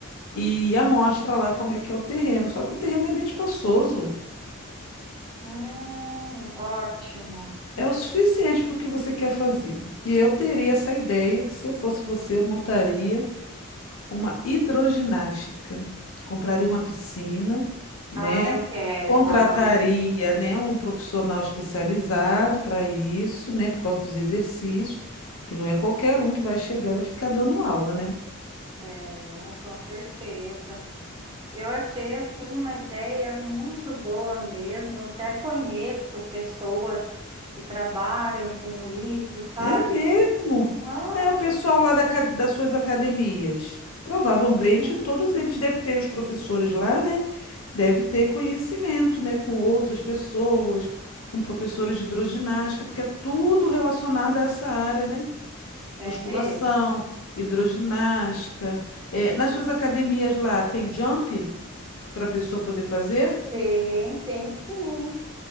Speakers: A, on the left; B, on the right.
A: e amostra lá como é que é o terreno. Só que o terreno é bem espaçoso.
B: Hum, ótimo.
A: É o suficiente para o que você quer fazer. E eu teria essa ideia que se eu fosse você, eu montaria. uma hidroginástica. Compraria uma piscina, né?
B: Ah, eu quero.
A: Contrataria,
B: Ai,
A: né, um profissional especializado para isso, né, por causa dos exercícios, que não é qualquer um que vai chegar e vai ficar dando aula, né?
B: é, com certeza. Eu achei assim uma ideia muito boa mesmo. Eu até conheço pessoas que trabalham com isso, sabe?
A: É mesmo?
B: Aham,
A: É o pessoal lá da ca- das suas academias. Provavelmente
B: sim.
A: todos eles devem ter, os professores lá, né? Deve ter conhecimento, né? Com outras pessoas, com professores de hidroginástica, porque é tudo relacionado a essa área, né? Musculação,
B: É mesmo?
A: hidroginástica. É, nas suas academias lá, tem jump para a pessoa poder fazer?
B: Tem, tem sim.